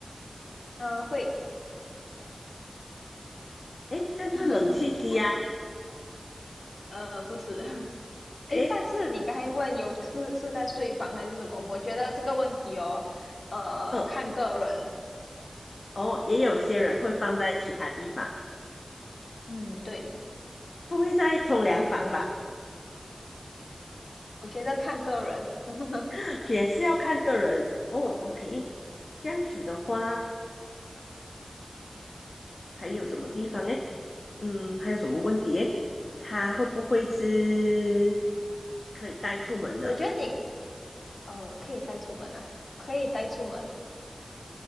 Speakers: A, on the left (about 90°); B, on the left (about 75°).
A: 呃，会，
B: 诶，这样就是冷气机呀、
A: <laughs> 呃，不是，
B: 诶，
A: 诶，但是你刚才问有是是在睡房还是什么？我觉得这个问题哦，呃，
B: 哦，
A: 看个人，
B: 哦，也有些人会放在其他地方，
A: 嗯，对，
B: 不会在冲凉房吧？
A: 我觉得看个人，<laughs>
B: <laughs> 也是要看个人。哦，OK，这样子的话，还有什么地方诶？嗯，还有什么问题诶？它会不会是可以带出门的？
A: 我觉得你呃可以带出门啊，可以带出门。